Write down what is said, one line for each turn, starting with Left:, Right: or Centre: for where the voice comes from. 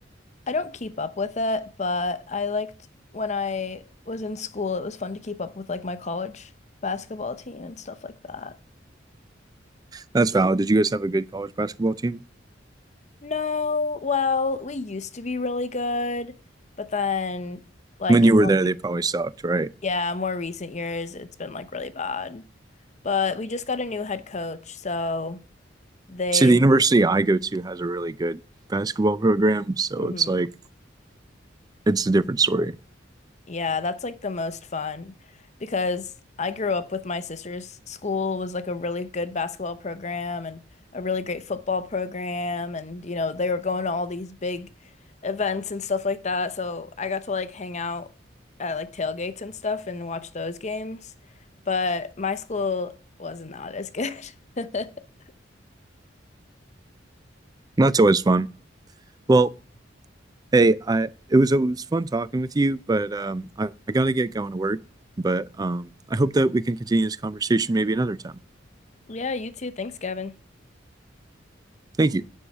Left: I don't keep up with it, but I liked when I was in school, it was fun to keep up with like my college basketball team and stuff like that.
Right: That's valid. Did you guys have a good college basketball team?
Left: No, well, we used to be really good, but then like
Right: When
Left: in
Right: you were
Left: more
Right: there,
Left: re
Right: they probably sucked, right?
Left: yeah, more recent years, it's been like really bad. But we just got a new head coach, so they
Right: See, the university I go to has a really good basketball program, so
Left: mhm.
Right: it's like it's a different story.
Left: Yeah, that's like the most fun because I grew up with my sister's school was like a really good basketball program and a really great football program and you know they were going to all these big events and stuff like that. So I got to like hang out at like tailgates and stuff and watch those games. But my school was not as good. <laughs>
Right: And That's always fun. Well, hey, I it was it was fun talking with you, but um, I, I gotta get going to work. But um, I hope that we can continue this conversation maybe another time.
Left: Yeah, you too. Thanks, Gavin.
Right: Thank you.